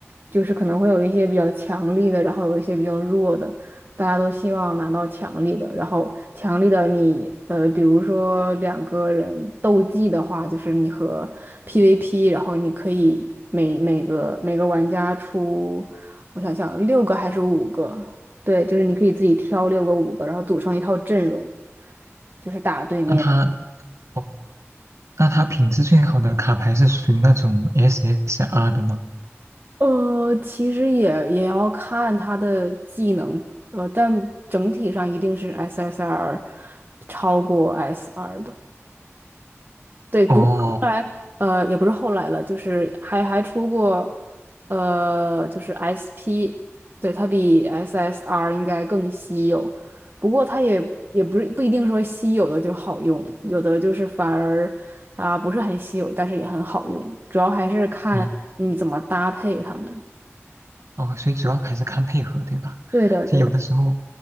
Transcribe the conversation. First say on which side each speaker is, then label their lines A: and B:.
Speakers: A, on the right (about 45°); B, on the right (about 75°).
A: 就是可能会有一些比较强力的，然后有一些比较弱的，大家都希望拿到强力的，然后强力的你，呃，比如说两个人斗技的话，就是你和 PVP，然后你可以每每个每个玩家出，我想想，六个还是五个。对，就是你可以自己挑六个五个，然后组成一套阵容，就是打对面。
B: 那它，哦，那它品质最好的卡牌是属于那种 SSR 的吗？
A: 呃，其实也也要看他的技能，呃，但整体上一定是 SSR 超过 SR 的。对，不过后来呃也不是后来了，
B: 哦，
A: 就是还还出过呃就是 SP，对，它比 SSR 应该更稀有，不过它也也不是不一定说稀有的就好用，有的就是反而它不是很稀有，但是也很好用，主要还是看你怎么搭配它们。
B: 哦，哦，所以主要还是看配合，对吧？
A: 对的，
B: 就有的时候
A: 对的。